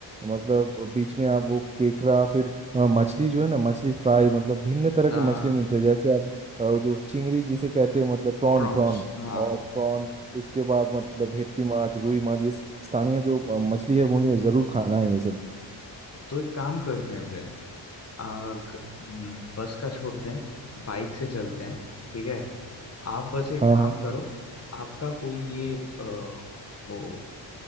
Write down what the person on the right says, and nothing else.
मतलब बीच में आप वो केकड़ा फिर अ, मछली जो है ना मछली फ्राई मतलब भिन्न तरह
के मछली मिलते हैं जैसे आप अ, जो चिंगड़ी जिसे कहते हैं मतलब प्रॉन
प्रॉन
और प्रॉन उसके बाद मतलब भेटकी माछ रुई माछ ये स्थानीय जो अ, मछली है मुझे ज़रूर खाना है ये सब
हाँ
हाँ